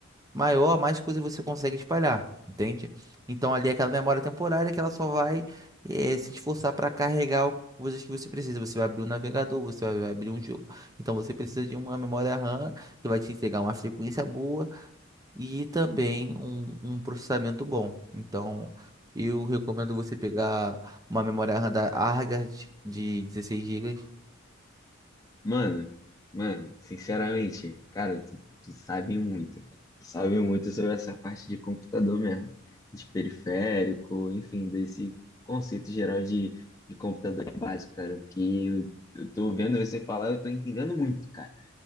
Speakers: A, on the right; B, on the left.
A: maior, mais coisas você consegue espalhar, entende? Então ali é aquela memória temporária que ela só vai eh, se esforçar para carregar o- coisas que você precisa. Você vai abrir um navegador, você vai vai abrir um jogo. Então você precisa de uma memória RAM que vai te entregar uma frequência boa e também um, um processamento bom. Então eu recomendo você pegar uma memória RAM da Argand de 16 gigas.
B: Mano, mano, sinceramente, cara, tu, tu sabe muito, cara. Tu sabe muito sobre essa parte de computador mesmo, de periférico, enfim, desse conceito geral de, de computador básico, cara, O Que eu, eu tô vendo você falar, eu tô entendendo muito, cara.